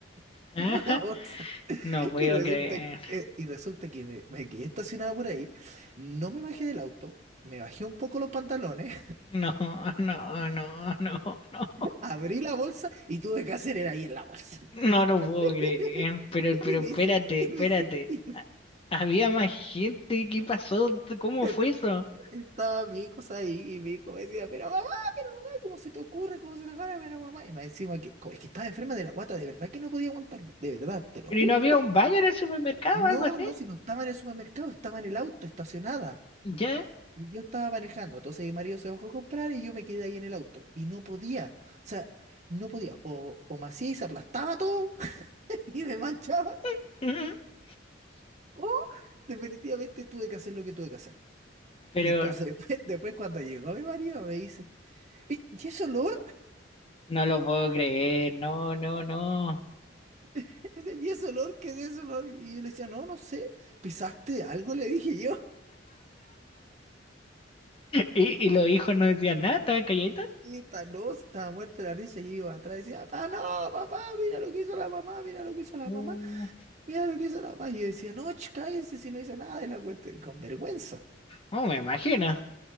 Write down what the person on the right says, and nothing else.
<laughs>
Una bolsa.
Y resulta
que, eh, y resulta que me, me quedé estacionado por ahí, no me bajé del auto, me bajé un poco los pantalones,
<laughs> abrí la bolsa y tuve que hacer era ahí en la bolsa.
<laughs>
Y mis
hijos, y
mis hijos, y
<laughs>
est-
estaba mi hijo ahí, y mi hijo me decía, pero mamá, pero mamá, ¿cómo se te ocurre? ¿Cómo se te agarra? Pero mamá, y más encima que, como es que estaba enferma de la guata, de verdad que no podía aguantarme, de verdad, te lo
juro,
te lo
juro.
No,
no, si no estaba en el supermercado, estaba en el auto, estacionada.
Y yo estaba manejando, entonces mi marido se bajó a comprar y yo me quedé ahí en el auto. Y no podía, o sea, no podía. O, o me hacía y se aplastaba todo <laughs> y me manchaba,
o definitivamente tuve que hacer lo que tuve que hacer.
Entonces, <laughs> después, después cuando llegó mi marido me dice, "Oye, ¿y ese olor?
<laughs> ¿Y ese olor? ¿Qué es ese olor? Y yo le decía, no, no sé, pisaste algo, le dije yo. <laughs>
Y ta- no, se estaba muerta la risa y yo iba atrás y decía, papá, no, papá, mira lo que hizo la mamá, mira lo que hizo la
mamá. Mira lo que hizo la más. Y yo decía, no, ch, cállense si no hice nada de la cuenta Y con vergüenza.